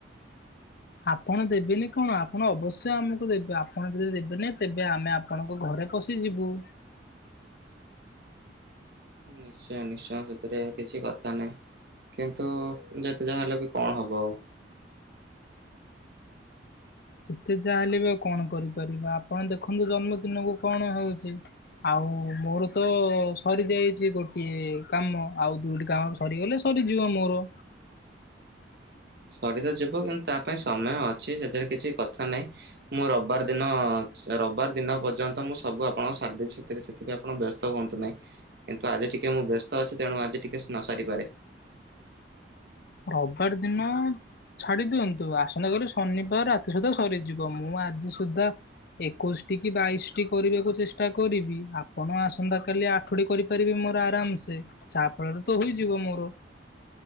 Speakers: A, on the left; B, on the right.
A: ଆପଣ ଦେବେନି କଣ ଆପଣ ଅବଶ୍ୟ ଆମକୁ ଦେବେେ ଆପଣ ଯଦି ଦେବେନି ତେବେ ଆମେ ଆପଣଙ୍କ ଘରେ ପଶିଯିବୁ।
B: ନିଶ୍ଚୟ ନିଶ୍ଚୟ ସେଥିରେ କିଛି କଥା ନାହିଁ। କିନ୍ତୁ ଯେତେ ଯାହା ହେଲେ ବି ଓ ହେବ ଆଉ।
A: ଯେତେ ଯାହା ହେଲେ ବି ଆଉ କଣ କରିପାରିବା ଆପଣ ଦେଖନ୍ତୁ ଜନ୍ମଦିନକୁ କଣ ହଉଛି। ଆଉ ମୋର ତ ସରି ଯାଇଛି। ଗୋଟିଏ କାମ ଆଉ ଦୁଇଟି କାମ ସରିଗଲେ ସରିଯିବ ମୋର।
B: ସରି ତ ଯିବ କିନ୍ତୁ ତା ପାଇଁ ସମୟ ଅଛି ସେଥିରେ କିଛି କଥା ନାହିଁ। ମୁଁ ରବିବାର ଦିନ ରବିବାର ଦିନ ପର୍ଯ୍ୟନ୍ତ ମୁଁ ସବୁ ଆପଣଙ୍କ ସାରିଦେବି ସେଥିରେ ସେଥିପାଇଁ ଆପଣ ବ୍ୟସ୍ତ ହୁଅନ୍ତୁ ନାହିଁ କିନ୍ତୁ ଆଜି ଟିକେ ମୁଁ ବ୍ୟସ୍ତ ଅଛି ତେଣୁ ଆଜି ଟିକେ ନ ସାରିପାରେ।
A: ରବିବାର ଦିନ ଛାଡି ଦିଅନ୍ତୁ। ଆସନ୍ତା କଲି ଶନିବାର ରାତି ସୁଦ୍ଧା ସରିଯିବ ମୁଁ ଆଜି ସୁଦ୍ଧା ଏକୋଇଶଟି କି ବାଇଶ ଟି କରିବାକୁ ଚେଷ୍ଟା କରିବି। ଆପଣ ଆସନ୍ତାକାଲି ଆଠ ଠୁ କରିପାରିବି ମୋର ଆରାମ ସେେ ଯାହା ଫଳରେ ତ ହେଇଯିବ ମୋର।